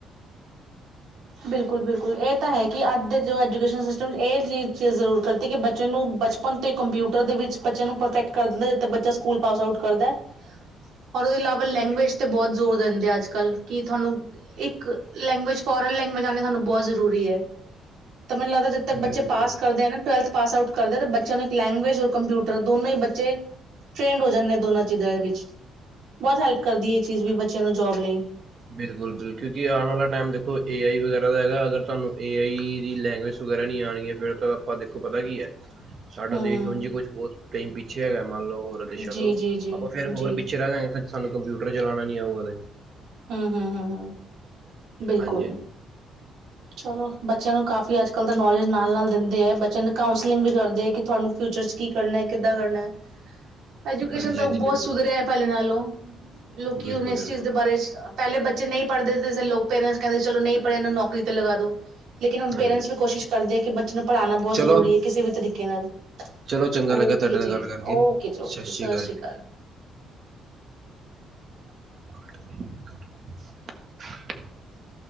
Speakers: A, on the right; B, on the right.
A: ਬਿਲਕੁਲ ਬਿਲਕੁਲ ਇਹ ਤਾਂ ਹ ਕਿ ਅੱਜ ਦੇ ਜੋ ਐਜੂਕੇਸ਼ਨ ਸਿਸਟਮ ਚ ਇਹ ਚ ਚੀਜ਼ ਜ਼ਰੂਰ ਕਰਤੀ ਕਿ ਬੱਚੇ ਨੂੰ ਬੱਚ ਤੇ ਕੰਪਿਊਟਰ ਦੇ ਵਿੱਚ ਬੱਚਿਆਂ ਨੂੰ ਪਰਫੈਕਟ ਕਰ ਦਿੰਦਾ ਜਿੱਥੇ ਬੱਚਾ ਸਕੂਲ ਪਾਸ ਆਊਟ ਕਰਦਾ ਔਰ ਉਹਦੇ ਇਲਾਵਾ ਲੈਂਗੁਏਜ ਤੇ ਬਹੁਤ ਜ਼ੋਰ ਦਿੰਦੇ ਆ ਅੱਜ - ਕੱਲ੍ਹ ਕਿ ਥੋਨੂੰ ਇੱਕ ਲੈਂਗੁਏਜ ਫੋਰਨ ਲੈਂਗੁਏਜ ਆਉਣੀ ਸਾਨੂੰ ਬਹੁਤ ਜ਼ਰੂਰੀ ਐ ਤਾਂ ਮੈਨੂੰ ਲੱਗਦਾ ਜ ਤੇ
B: ਬਿਲਕੁਲ-ਬਿਲਕੁਲ।
A: ਬੱਚੇ ਪਾਸ ਕਰਦੇ ਨਾ ਟਵਲਥ ਪਾਸ ਆਊਟ ਕਰਦੇ ਬੱਚਿਆਂ ਨੂੰ ਇੱਕ ਲੈਂਗੁਏਜਔ ਕ ਕੰਪਿਊਟਰ ਦੋਨੇ ਹੀ ਬੱਚੇ। ਟ੍ਰੇਡ ਹੋ ਜਾਂਦੇ ਦੋਨਾਂ ਚੀਜ਼ਾਂ ਦੇ ਵਿੱਚ ਬਹੁਤ ਹੈਲਪ ਕਰਦੀ ਇਹ ਚੀਜ਼ ਵੀ ਬੱਚਿਆਂ ਨੂੰ ਜੋਬ ਲਈ।
B: ਬਿਲਕੁਲ ਬਿਲਕੁਲ ਜੀ ਆਣ ਆਲਾ ਟਾਈਮ ਦੇਖੋ ਏ ਆਈ ਵਗੈਰਾ ਦਾ ਹੈਗਾ ਅਗਰ ਤੁਹਾਨੂੰ ਏ ਆਈ ਦੀ ਲੈਂਗੁਏਜ ਵਗੈਰਾ ਨਹੀਂ ਆਉਣਗੀਆਂ ਫੇਰ ਤਾਂ ਆਪਾਂ ਦੇਖੋ ਪਤਾ ਕੀ ਹੈ। ਸਾਡਾ
A: ਹਮ
B: ਦੇਸ਼
A: ਹਮ
B: ਉੰਝ ਜੇ ਕੁਛ ਬਹੁਤ ਟੈਮ ਪਿੱਛੇ ਹੈਗਾ ਮੰਨ ਲਓ ਵਿਸ਼ਈਆ
A: ਜੀ
B: ਤੋਂ
A: ਜੀ ਜੀ
B: ਆਪਾਂ ਫੇਰ
A: ਜੀ
B: ਹੋਰ ਪਿੱਛੇ ਰਹਿ ਜਾ ਗਏ, ਫਿਰ ਸਾਨੂੰ ਕੰਪਿਊਟਰ ਚਲਾਉਣਾ ਨੀ ਆਊਗਾ ਕਾਦੇ।
A: ਹਮ-ਹਮ-ਹਮ-ਹਮ ਬਿਲਕੁਲ।
B: ਹਾਂਜੀ-ਹਾਂਜੀ,
A: ਚਲੋ ਬੱਚਿਆਂ ਨੂੰ ਕਾਫ਼ੀ ਅੱਜ ਕੱਲ੍ਹ ਦਾ ਨੌਲੇਜ ਨਾਲ ਨਾਲ ਦਿੰਦੇ ਐ, ਬੱਚਿਆਂ ਨੂੰ ਕਾਉਂਸਲਿੰਗ ਵੀ ਕਰਦੇ ਐ ਕਿ ਤੁਹਾਨੂੰ ਫਿਊਚਰ ਚ ਕੀ ਕਰਨਾ ਕਿੱਦਾਂ ਕਰਨਾ ਆ। ਐਜੂਕੇਸ਼ਨ
B: ਹਾਂਜੀ-ਹਾਂਜੀ
A: ਤਾਂ ਬਹੁਤ
B: ਬਿਲਕੁਲ,
A: ਸੁਧਾਰਿਆ ਐ ਪਹਿਲੇ ਨਾਲੋਂ, ਲੋਕ
B: ਬਿਲਕੁਲ-ਬਿਲਕੁਲ
A: ਹੁਣ ਇਸ ਚੀਜ਼ ਦੇ ਬਾਰੇ ਪਹਿਲੇ ਬੱਚੇ ਨਹੀਂ ਪੜ੍ਹਦੇਿ ਦੇ ਲੋਕ ਪੇਰੈਂਟਸ ਕਹਿੰਦੇ ਚਲੋ ਨਹੀਂ ਪੜ੍ਹੇ ਇਹਨੂੰ ਨੌਕਰੀ ਤੇ ਲਗਾ ਦੋ। ਲੇਕਿਨ ਹੁਣ ਪੇਰੈਂਟਸ
B: ਹਾਂਜੀ
A: ਵੀ ਕੋਸ਼ਿਸ਼ ਕਰਦੇ ਆ ਕਿ ਬੱਚੇ ਨੂੰ ਪੜ੍ਹਾਣਾ ਬਹੁਤ
B: ਚਲੋ,
A: ਜ਼ਰੂਰੀ ਏ ਕਿਸੇ ਵੀ ਤਰੀਕੇ ਨਾਲ।
B: ਚਲੋ ਚੰਗਾ
A: ਓਕੇ
B: ਲੱਗਾ ਤੁਹਾਡੇ
A: ਜੀ
B: ਨਾਲ ਗੱਲ ਕਰਕੇ
A: ਓਕੇ ਜੀ ਓਕੇ ਜੀ
B: ਸ੍ਰੀ
A: ਸਤਿ ਸ਼੍ਰੀ ਅਕਾਲ।
B: ਹ।